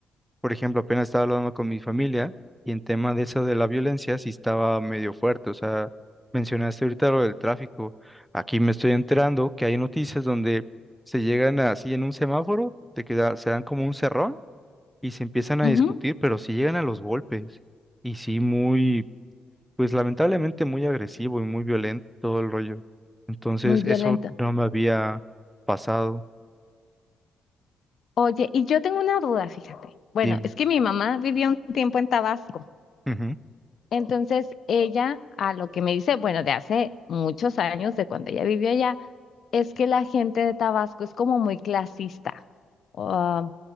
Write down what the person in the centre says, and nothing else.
por ejemplo, apenas estaba hablando con mi familia y en tema de eso de la violencia sí estaba medio fuerte, o sea, mencionaste ahorita lo del tráfico. Aquí me estoy enterando que hay noticias donde se llegan así en un semáforo, de que da- se dan como un cerrón y se empiezan a
discutir, pero si llegan a los golpes. Y sí, muy, pues lamentablemente muy agresivo y muy violento todo el rollo. Entonces,
eso no me había pasado.
Dime.
Ujú.